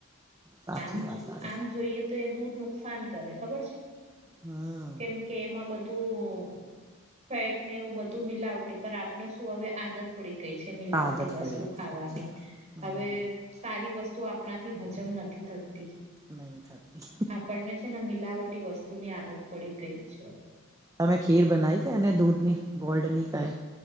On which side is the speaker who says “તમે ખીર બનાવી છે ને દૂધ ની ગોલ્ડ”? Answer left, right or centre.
Right